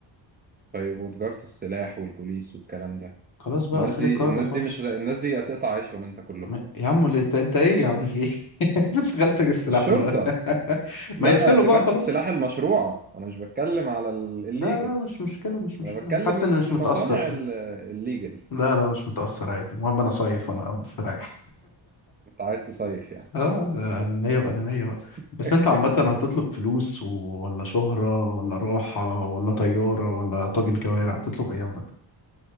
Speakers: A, on the right (about 25°); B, on the left (about 45°).
A: طيب وتجارة السلاح والبوليس والكلام ده
B: خلاص بقى
A: الناس
B: اقفل
A: دي
B: الكارد
A: الناس
B: خالص
A: دي مش هت- الناس دي هتقطع عيشهم انت كلهم
B: م- يا عم اللي انت انت ايه يا عم في ايه <laughs> مش شغلت غير سلاح
A: الشرطة
B: له <laughs>
A: لا
B: ما يقفله
A: تجارة
B: بقى خلاص
A: السلاح المشروعة انا مش بتكلم على ال- الليجل
B: لا لا مش مشكله مش مشكله
A: انا بتكلم
B: حاسس
A: المصانع
B: اني مش متاثر فاهم
A: ال- الليجل
B: لا لا مش متاثر عادي المهم انا صايف وانا مستريح
A: انت عايز تصيف يعني
B: اه لا، انانيه بقى انانيه بقى
A: <laughs>
B: بس انت عامه هتطلب فلوس و... ولا شهره ولا راحه ولا طياره ولا طاجن كوارع هتطلب ايه عامه